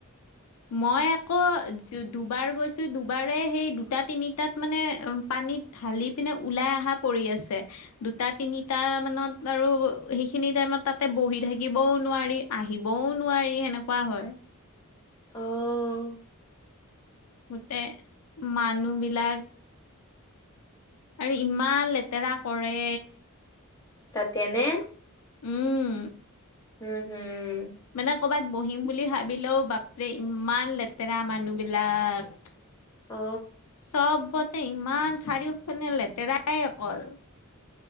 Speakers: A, on the left (about 75°); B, on the left (about 15°).
A: মই আকৌ দু দুবাৰ গৈছোঁ দুবাৰেই সেই দুটা- তিনিটাত মানে পানীত ঢালি পিনে ওলাই আহা পৰি আছে। দুটা - তিনিটা মানত আৰু সেইখিনি টাইমত তাতে বহি থাকিবও নোৱাৰি। আহিবও নোৱাৰি সেনেকুৱা হয়।
B: অও।
A: গোটে মানুহবিলাক আৰু ইমান লেতেৰা কৰে।
B: তাতেনে?
A: উম
B: হুম হুম।
A: মানে কবাত বহিম বুলি ভাবিলেও বাপৰে ইমান লেতেৰা মানুহবিলাক?
B: অ
A: চবতে ইমান চাৰিওফিনে লেতেৰাই অকল।